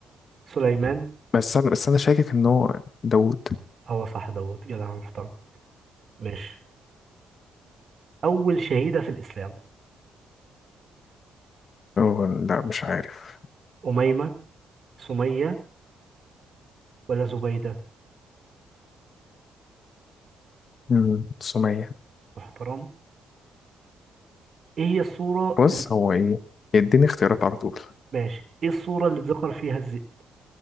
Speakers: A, on the right; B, on the left.
A: سليمان
B: بس أنا بس أنا شاكك إن هو داوود
A: هو صح دوت جدع محترم ماشي أول شهيدة في الإسلام
B: أوه لا مش عارف
A: أميمة سمية ولا زبيدة
B: امم سمية
A: محترم إيه هي الصورة
B: بص
A: اللي...
B: هو إيه يديني اختيارات على طول
A: ماشي إيه الصورة اللي ذكر فيها الذئب